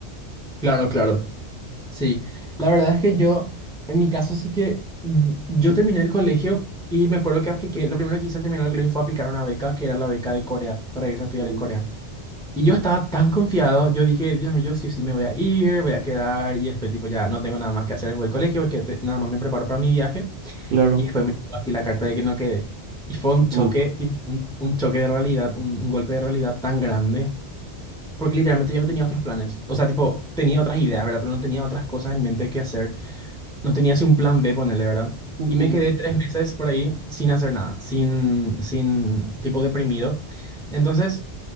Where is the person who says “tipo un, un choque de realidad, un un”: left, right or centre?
Centre